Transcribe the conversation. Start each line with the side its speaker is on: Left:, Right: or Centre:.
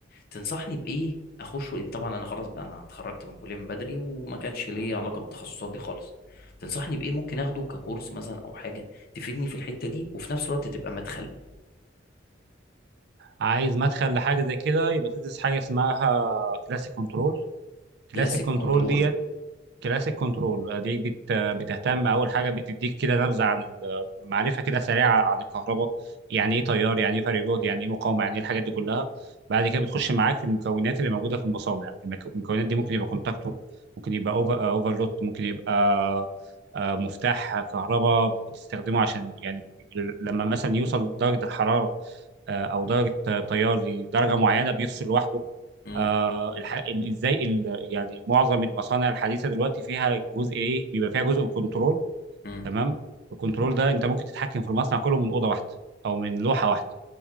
Left: تنصحني بإيه أخش وإن طبعا أنا خلاص بقى أنا اتخرجت من كلية من بدري وما كانش ليا علاقة بالتخصصات دي خالص تنصحني بإيه ممكن أخده ككورس مثلا أو حاجة تفيدني في الحتة دي وفي نفس الوقت تبقى مدخل
Right: عايز مدخل لحاجه زي كده يبقى تدرس حاجه اسمها كلاسيك كنترول كلاسيك
Left: كلاسيك
Right: كنترول
Left: كنترول
Right: ديت كلاسيك كنترول دي بت بتهتم اول حاجه بتديك كده نبذه عن ال- معرفه كده سريعه عن الكهرباء يعني ايه تيار يعني ايه فرق جهد يعني ايه مقاومه يعني ايه الحاجات دي كلها بعد كده بتخش معاك في المكونات اللي موجوده في المصانع المك- المكونات دي ممكن يبقى كونتاكتور ممكن يبقى اوفر اوفرلود ممكن يبقى آه، مفتاح كهرباء بتستخدمه عشان يعني ل- لما مثلا يوصل درجه الحراره آه، او درجه آه، تيار لدرجه معينه بيفصل لوحده
Left: امم
Right: آه الح... ال- ازاي ال... يعني معظم المصانع الحديثه دلوقتي فيها جزء ايه بيبقى فيها جزء كنترول
Left: امم
Right: تمام الكنترول ده انت ممكن تتحكم في المصنع كله من اوضه واحده او من لوحه واحده